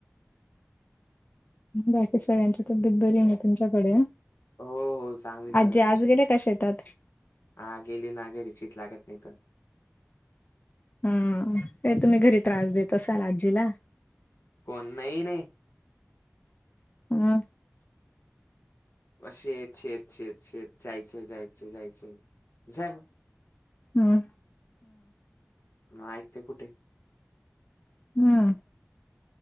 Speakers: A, on the left (about 40°); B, on the left (about 75°).
A: बाकी सगळ्यांची तब्येत बरी आहे ना, तुमच्याकडे?
B: हो हो चांगली सर्वांची
A: आजी, आज गेल्या का शेतात?
B: हा, गेली ना गं र, चित लागत नाही इथं.
A: हम्म्, काय तुम्ही घरी त्रास देत असाल आजीला.
B: कोण, नाही नाही.
A: हम्म्.
B: शेत.. शेत.. शेत.. शेत.. जायचं.. जायचं.. जायचंय झालं!
A: हम्म.
B: मग ऐकते कुठे?
A: हम्म.